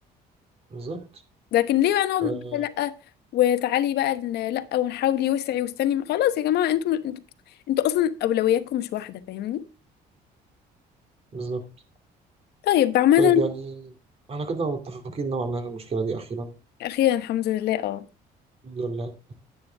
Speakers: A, on the right (about 35°); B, on the left (about 75°).
A: بالظبط
B: لكن ليه بقى نقعد
A: آه
B: بقى لا وتعالي بقى ن- لا ونحاولي وسعي واستني خلاص يا جماعه انتوا انتوا انتوا اصلا اولوياتكم مش واحده فاهمني
A: بالظبط
B: طيب عامه
A: طيب يعني احنا كده متفقين نوعا ما في المشكلة دي أخيرا
B: اخيرا الحمد لله اه
A: الحمد لله